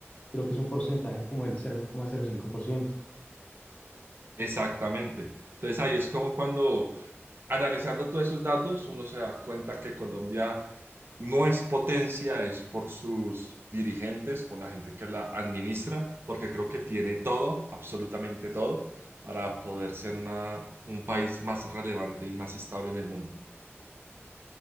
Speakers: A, on the left; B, on the right.
A: creo que es un porcentaje como del cero cero coma cero cinco por ciento
B: Exactamente. Entonces ahí es como cuando analizando todos esos datos uno se da cuenta que Colombia no es potencia, es por sus dirigentes, por la gente que la administra, porque creo que tiene todo, absolutamente todo, para poder ser una, un país más relevante y más estable en el mundo.